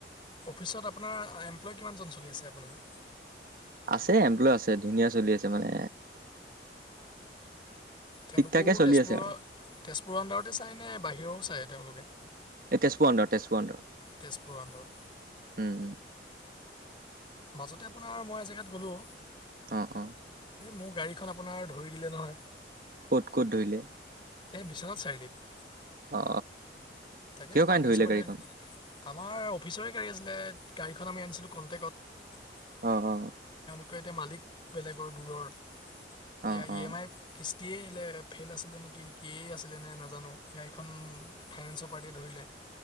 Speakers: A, on the left (about 30°); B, on the right (about 50°).
A: অফিচত আপোনাৰ এমপ্লয় কিমান জন চলি আছে আপোনাৰ?
B: আছে এমপ্লয় আছে, ধুনীয়া চলি আছে মানে।
A: তেওঁলোকেও
B: ঠিক ঠাকে চলি
A: তেজপুৰৰ,
B: আছে আৰু
A: তেজপুৰৰ আনডাৰতে চায় নে বাহিৰৰো চায় তেওঁলোকে।
B: এই তেজপুৰ আনডাৰত, তেজপুৰ আনডাৰত।
A: তেজপুৰৰ আণ্ডাৰত
B: উম।
A: মাজতে আপোনাৰ মই এজেগাত গ'লো।
B: অ' অ।
A: মোৰ গাড়ীখন আপোনাৰ ধৰি দিলে নহয়।
B: ক'ত ক'ত ধৰিলে?
A: এ বিশ্বনাথ চাৰিআলিত।
B: অ।
A: তাকে
B: কিহৰ কাৰণে
A: ফাইনেন্সৰ
B: ধৰিলে
A: পাৰটিএ
B: গাড়ীখন
A: আমাৰ অফিচৰে গাড়ী আছিলে গাড়ীখন আমি আনিছিলো কনটেকত।
B: অ' অ।
A: এতিয়া মালিক বেলেগৰ দূৰৰ, এতিয়া
B: অ অ
A: ই এম আই কিচ কিয়ে <unintelligible> ফেইল আছিলে নেকি কি আছিলে নে নাজানো গাড়ীখন ফাইনেন্সৰ পাৰ্টিয়ে ধৰিলে।